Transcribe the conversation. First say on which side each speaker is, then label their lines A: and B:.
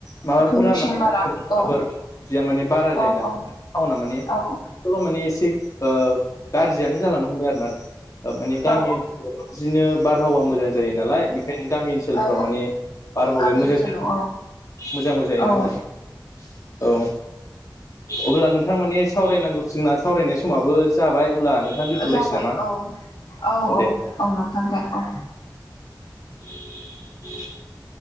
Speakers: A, on the left (about 45°); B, on the left (about 65°).
A: माबाफोरा
B: पलुसन
A: मानेफोरदिया
B: बारा औ
A: माने बारा जायो
B: औ
A: नालाय
B: औ
A: टाउना माने 'बेखौल
B: औ
A: मानि एसे गाज्रियानो जालांनो हमबाय आरो ना माने गामि
B: औ
A: ओनसोलफोराव बिदिनो बारहावा मोजां जायो नालाय बेखायनो गामि ओनसोलफ्राव
B: औ
A: माने मोजां
B: गामि ओनसोलाव
A: मोजांबो जायोना
B: औ
A: नोंथाङ औ अब्ला नोंथां माने सावरायनांगौसिना सावरायनाय समाबो जाबाय अब्ला नोंथां दोनथ'लायसै
B: जाबाय
A: नामा
B: औ औ-औ-औ
A: दे
B: नोंथां दे औ
A: <inaudible> <unintelligible>